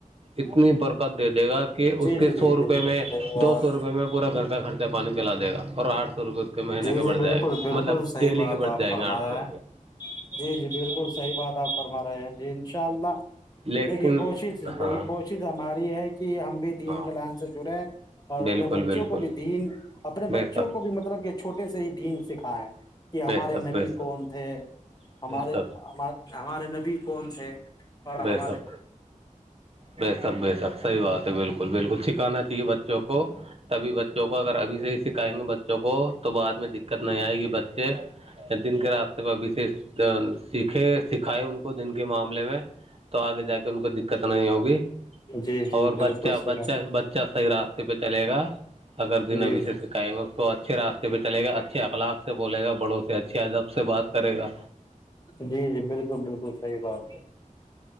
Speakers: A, on the right (about 45°); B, on the left (about 30°).
A: اتنی برکت دے دے گا کہ اس کے
B: جی جی
A: سو
B: جی بالکل
A: روپئے میں
B: صحیح بات
A: دو سو روپئے میں پورا گھر کا خرچہ پانی چلاے گا اور آٹھ سو روپئے مہینے
B: جی
A: کے
B: جی
A: بڑھ
B: بالکل
A: جائے گے
B: بالکل
A: مطلب
B: صحیح
A: ڈیلی
B: بات
A: کے بڑھ
B: آپ
A: جائیں
B: فرما
A: گے آٹھ
B: رہے
A: سو روپئے
B: ہیں جی جی بالکل صحی بات آپ فرما رہے ہیں انشاء اللہ
A: لیکن
B: دیکھیے کوشش دیکھیے
A: ہاں
B: کوشش ہماری ہے کہ ہم بھی دین
A: ہاں
B: کے لائن سے جڑے اور اپنے
A: بالکل
B: بچوں
A: بالکل
B: کو بھی دین اپنے
A: بے
B: بچوں
A: شک
B: کو بھی مطلب کہ چھوٹے سے ہی دین سکھا ہے کہ ہمارے
A: بے شک
B: نبی
A: بے
B: کون تھے
A: شک
B: ہمارے
A: بے شک
B: ہمار ہمارے نبی کون تھے اور
A: بے
B: ہمارے
A: سک بے سک بے سک صحی بات ہے بالکل بالکل ا چاہے بچوں کو <unintelligible> تبھی بچوں کو اگر ابھی سے ہی سکھائیں گے ب چ کوو تو بعد میں د دقت نہیں آئے گی بچے یا دن کے راستے پرہبشی سیکھے سکھائے ان کو دن کے معاملے میں تو آگے جا کے ان کو دقت نہیں ہوگی
B: جی جی
A: اور
B: بالکل
A: بچہ
B: صحیح
A: بچہ بچہ صحیح راستے پہ چلے گا اگر دن
B: جی
A: ابھی
B: جی
A: سے سکھائیں گے اس کو اچھا اچھے راتے پہلے گا اچھ اخلاق سے بولے گا بڑو سے اچھے ا جب سے بات کرے گا
B: جی جی بالکل بالکل صحیح بات ہے